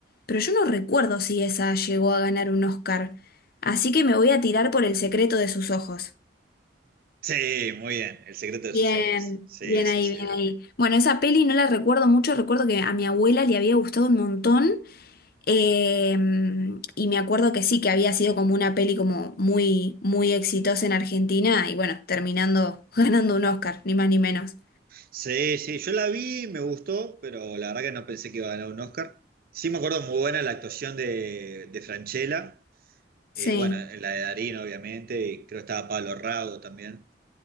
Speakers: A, on the left (about 55°); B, on the right (about 50°).
A: pero yo no recuerdo si esa llegó a ganar un Oscar. Así que me voy a tirar por El secreto de sus ojos.
B: Sí, muy bien. El secreto de
A: Bien,
B: sus ojos. Sí,
A: bien
B: sí,
A: ahí,
B: sí.
A: bien ahí. Bueno, esa peli no la recuerdo mucho, recuerdo que a mi abuela le había gustado un montón Em, y me acuerdo que sí, que había sido como una peli como muy, muy exitosa en Argentina y bueno, terminando <laughs> ganando un Oscar, ni más ni menos.
B: Sí, sí. Yo la vi, me gustó, pero la verdad que no pensé que iba a ganar un Oscar. Sí me acuerdo muy buena la actuación de, de Francella
A: Sí.
B: Eh, bueno, la de Darín, obviamente, y creo que estaba Pablo Rago también.